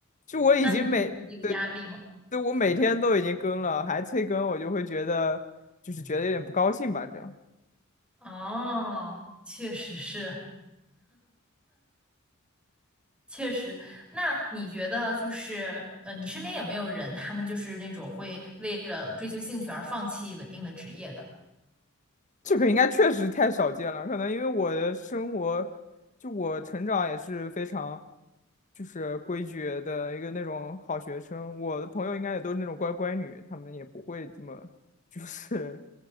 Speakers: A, on the left; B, in the centre.
A: 就我已经每对
B: 那你会觉得有压力吗？
A: 对我每天都已经更了，还催更，我就会觉得就是觉得有点不高兴吧，这样。
B: 哦，确实是，确实。那你觉得就是，呃，你身边有没有人，他们就是那种会为了追求兴趣而放弃稳定的职业的？
A: 这个应该确实太少见了，可能因为我的生活，就我成长也是非常，就是规矩的一个那种好学生。我的朋友应该也都是那种乖乖女，他们也不会这么，就是